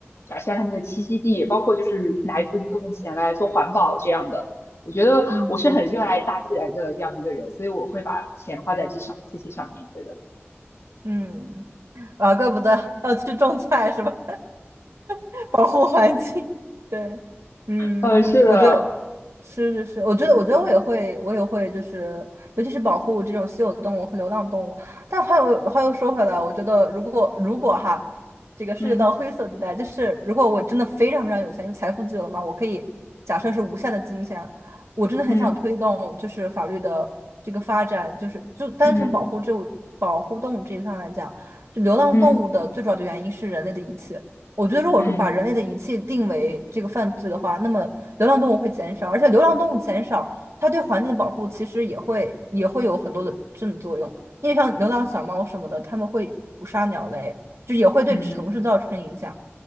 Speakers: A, on the left; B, on the right.
A: 改善他们的栖息地，包括就是拿一部分部分钱来做环保这样的。我觉得我是很热爱大自然的这样一个人，
B: 嗯
A: 所以我会把钱花在这上这些上面。对的，
B: 嗯，啊，怪不得要去种菜是吧？<laughs> 保护环境。对，嗯，
A: 嗯，是的，
B: 我觉得是是是，我觉得我觉得我也会，我也会，就是尤其是保护这种稀有动物和流浪动物。但话又话又说回来，我觉得如果如果哈，这个涉及到灰色地带，
A: 嗯
B: 就是如果我真的非常非常有钱，就财富自由了嘛，我可以假设是无限的金钱，我真的很想推动就是法律的这个发展，
A: 嗯
B: 就是就单纯保护这保护动物这一上来讲，
A: 嗯嗯
B: 就流浪动物的最主要的原因是人类的遗弃。
A: 嗯
B: 我觉得，如果说把人类的遗弃定为这个犯罪的话，
A: 嗯。嗯嗯
B: 那么流浪动物会减少，而且流浪动物减少，它对环境的保护其实也会也会有很多的正作用。因为像流浪小猫什么的，它们会捕杀鸟类，就也会对城市造成影响。
A: 嗯